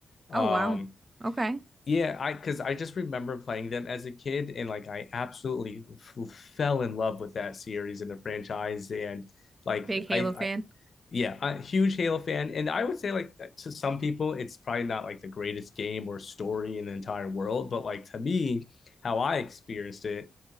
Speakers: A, on the left; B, on the right.
A: Um
B: Oh wow. Okay.
A: yeah, I because I just remember playing them as a kid and like I absolutely f fell in love with that series and the franchise and like
B: Big Halo
A: I
B: fan.
A: Yeah, a huge Halo fan, and I would say like uh, to some people, it's probably not like the greatest game or story in the entire world, but like to me, how I experienced it,